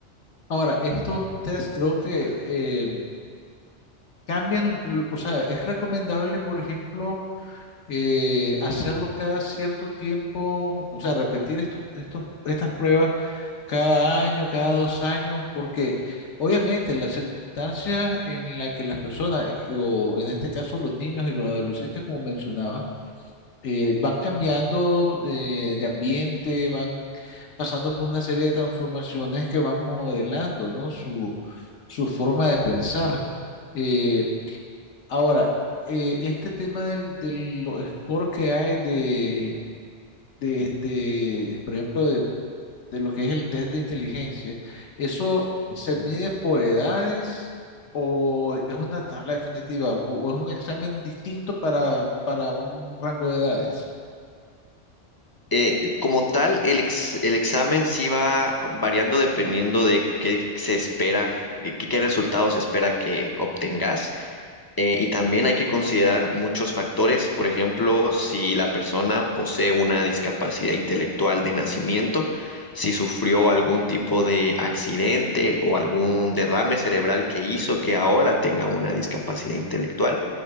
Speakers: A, on the left; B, on the left.
A: Ahora, estos test creo que eh, cambian, l- o sea, es recomendable, por ejemplo, eh, hacerlo cada cierto tiempo, o sea, repetir estos, estos, estas pruebas cada año, cada dos años, porque obviamente las circunstancias en las que las personas, y- o en este caso los niños y los adolescentes, como mencionaba, eh, van cambiando eh, de ambiente, van pasando por una serie de transformaciones que van modelando, ¿no? Su, su forma de pensar. Eh, Ahora, eh, este tema del, del lo- score que hay de, de, de, por ejemplo, de, de lo que es el test de inteligencia, ¿eso
B: Ujú.
A: se mide por edades o es una tabla definitiva o, o es un examen distinto para, para un rango de edades?
B: eh, como tal, el, ex- el examen sí va variando dependiendo de qué se espera, qué, qué resultados se espera que obtengas. Eh, y también hay que considerar muchos factores, por ejemplo, si la persona posee una discapacidad intelectual de nacimiento, si sufrió algún tipo de accidente o algún derrame cerebral que hizo que ahora tenga una discapacidad intelectual